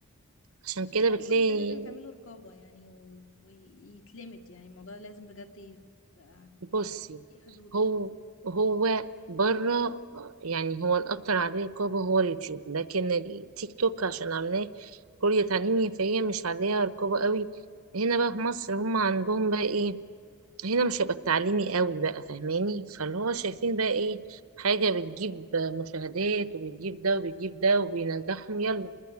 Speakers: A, on the right; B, on the left.
A: عشان
B: فشايفة
A: كده بتلاقي
B: المفروض ده لازم يتعمله رقابة يعني و... ويتلمد يعني الموضوع لازم بجد يبقى
A: بصي
B: ليه حدود
A: هو هو بره يعني هو الاكتر عليه رقابة هو اليوتيوب لكن التيك توك عشان عاملاه كوريا تعليمي فهي مش عليها رقابة قوي هنا بقى في مصر هم عندهم بقى ايه هنا مش هيبقى التعليمي قوي بقى فاهماني فاللي هو شايفين بقى ايه حاجة بتجيب مشاهدات وبتجيب ده وبتجيب ده وبينجحهم يلا